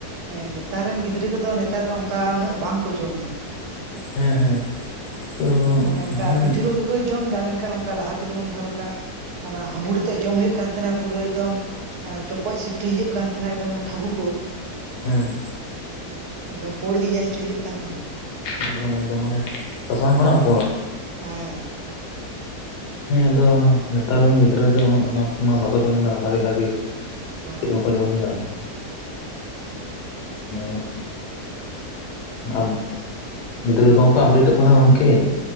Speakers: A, on the right (about 75°); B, on the left (about 85°).
A: ᱦᱮᱸ ᱱᱮᱛᱟᱨ ᱨᱮᱱ ᱜᱤᱫᱽᱨᱟᱹ ᱠᱚᱫᱚ ᱱᱮᱛᱟᱨ ᱫᱚ ᱚᱱᱠᱟ ᱩᱱᱟᱹᱜ ᱵᱟᱝᱠᱚ ᱡᱚᱢ ᱮᱫᱟ,
B: ᱦᱮᱸ ᱦᱮᱸ, ᱛᱚ
A: ᱢᱟᱱᱮ
B: ᱦᱮᱸ
A: ᱚᱱᱠᱟ ᱯᱤᱴᱷᱟᱹ ᱠᱚᱜᱮ ᱠᱚ ᱡᱚᱢ ᱫᱟ ᱢᱮᱱᱠᱷᱟᱱ ᱚᱱᱠᱟ ᱞᱟᱦᱟᱛᱮ ᱡᱮᱢᱚᱱ ᱡᱟᱦᱟᱸ ᱞᱮᱠᱟ, ᱚᱱᱟ ᱦᱟᱸᱵᱩᱲ ᱟᱛᱮᱫ ᱡᱚᱢ ᱦᱩᱭᱩᱜ ᱠᱟᱱ ᱛᱟᱦᱮᱸᱱᱟ ᱯᱩᱨᱟᱹ ᱮᱠᱫᱚᱢ, ᱦᱮ ᱪᱚᱯᱚᱪ ᱥᱤᱴᱟᱹᱟᱹᱭ ᱦᱩᱭᱩᱜ ᱠᱟᱱ ᱛᱟᱦᱮᱸᱱᱟ ᱮᱠᱫᱚᱢ ᱚᱱᱟ ᱴᱷᱟᱹᱵᱩ ᱠᱚ,
B: ᱦᱮᱸ
A: ᱮᱠᱫᱚᱢ ᱯᱳᱲ ᱜᱮ ᱧᱮᱞ ᱦᱚᱪᱚᱭ ᱦᱩᱭᱩᱜ ᱠᱟᱱ ᱛᱟᱦᱮᱸᱱᱟ᱾
B: ᱮᱠᱫᱚᱢ ᱮᱠᱫᱚᱢ ᱢᱟᱱᱮ ᱥᱟᱥᱟᱝ ᱠᱷᱚᱱᱟᱜ ᱯᱚᱲ
A: ᱦᱮᱸ
B: ᱦᱮᱸ ᱟᱫᱚ, ᱱᱮᱛᱟᱨ ᱨᱮᱱ ᱜᱤᱫᱽᱨᱟᱹ ᱫᱚ ᱚᱱᱟᱫ ᱠᱚ ᱢᱟ ᱵᱟᱠᱚ ᱡᱚᱢ ᱫᱟ ᱵᱷᱟᱜᱮ ᱵᱷᱟᱜᱮ
A: ᱦᱮᱸ
B: ᱪᱮᱫ ᱠᱚᱠᱚ ᱡᱚᱢ ᱫᱟ ᱚ ᱾ ᱟᱵ ᱜᱤᱫᱽᱨᱟᱹ ᱠᱚᱦᱚᱸ ᱠᱚ ᱟᱯᱰᱮᱴᱚᱜ ᱠᱟᱱᱟ ᱜᱚᱝᱠᱮ ᱾